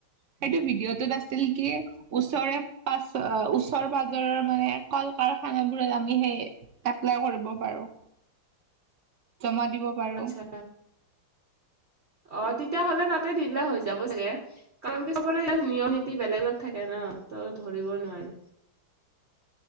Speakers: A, on the right; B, on the right.
A: সেইটো ভিডিঅ' টোত আছিল কি ওচৰে পাছ, আ ওচৰ পাজৰৰ মানে কল কাৰখানা বোৰত আমি সেই এপলাই কৰিব পাৰো, জমা দিব পাৰো
B: আচ্ছা অ', তেতিয়াহ'লে তাতে দিলে হৈ যাব চাগে। কাৰণ কি, চবৰে নিয়ম নীতি বেলেগত থাকে ন', ত' ধৰিব নোৱাৰি।